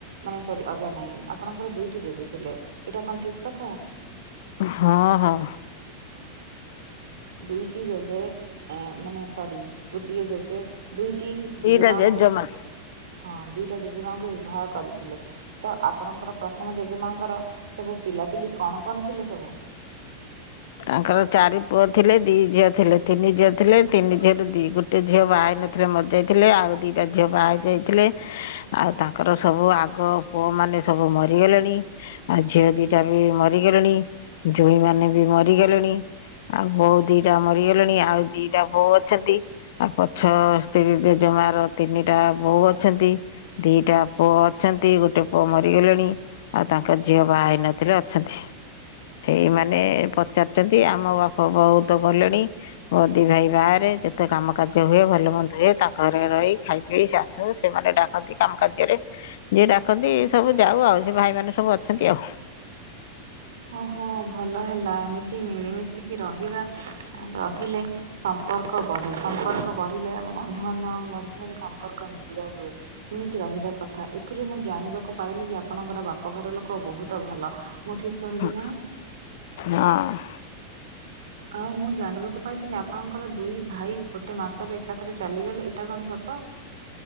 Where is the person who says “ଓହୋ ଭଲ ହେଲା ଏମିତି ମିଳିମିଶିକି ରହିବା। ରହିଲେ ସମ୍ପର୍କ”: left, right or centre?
Right